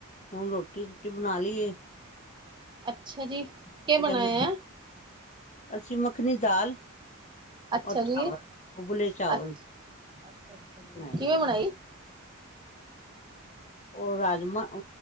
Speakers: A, on the left; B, on the right.
A: ਹੁਣ ਰੋਟੀ-ਰੂਟੀ ਬਣਾ ਲੀਏ।
B: ਅੱਛਾ ਜੀ। ਕੇ
A: ਇਹ ਕਹਿੰਦੇ,
B: ਬਣਾਇਆ?
A: ਅੱਸੀਂ ਮੱਖਣੀ ਦਾਲ।
B: ਅੱਛਾ
A: ਔਰ ਚਾਵਲ
B: ਜੀ,
A: ਉਬਲੇ ਚਾਵਲ
B: ਅੱਛ ਅੱਛਾ-ਅੱਛਾ ਜੀ।
A: ਬਣਾਏ ਨੇ।
B: ਕਿਵੇਂ ਬਣਾਈ?
A: ਉਹ ਰਾਜਮਾਂ